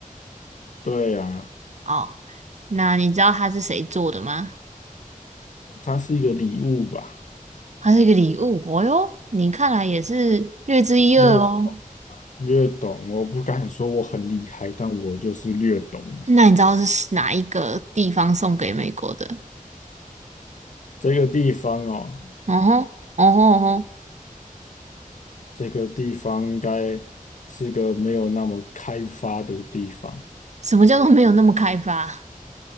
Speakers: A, on the left; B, on the right.
A: 对啊，
B: 哦，那你知道它是谁做的吗？
A: 它是一个礼物吧？
B: 它是一个礼物，哦哟，你看来也是略知一二哦。
A: 略略懂，我不敢说我很厉害，但我就是略懂啊。
B: 那你知道是哪一个地方送给美国的？
A: 这个地方哦，
B: 哦吼，哦吼哦吼，
A: 这个地方应该是个没有那么开发的地方。
B: 什么叫做没有那么开发？